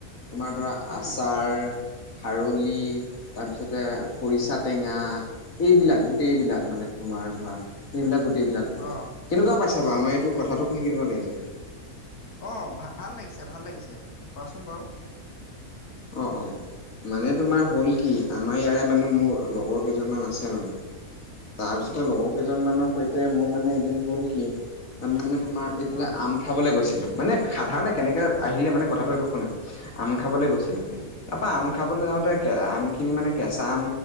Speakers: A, on the left; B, on the left.
A: তোমাৰ ধৰা
B: উম
A: আচাৰ খাৰলি, তাৰপিছতে খৰিচা টেঙা, এইবিলাক গোটেইবিলাক
B: উম
A: মানে। তোমাৰ ধৰা এইবিলাক গোটেইবিলাক কৰে।
B: অঁ
A: কেনেকুৱা পাইছা বাৰু আমাৰ এইটো
B: উম
A: কথাটো শুনি কেনেকুৱা লাগিছে?
B: অঁ ভা ভাল লাগিছে, ভাল লাগিছে, কোৱাচোন বাৰু?
A: অ অ। মানে তোমাৰ হ'ল কি?
B: উম
A: আমাৰ ইয়াৰে মানে মোৰ
B: উম
A: লগৰ কেই জন মান আছে মানে। তাৰ পিছতে
B: উম
A: লগৰ কেই জন মানৰ সৈতে মোৰ মানে এদিন হল কি? আমি মান তোমাৰ এইফালে
B: অঁ
A: আম খাবলৈ গৈছিলোঁ। মানে সাধাৰণতে কেনেকে
B: অঁ
A: আহিলে
B: অঁ
A: মানে কথাটো এইটো শুনা। আম খাবলে গৈ তাৰপা
B: উম
A: আম খাবলৈ যাওঁতে
B: উম
A: আম খিনি মানে কেঁচা আম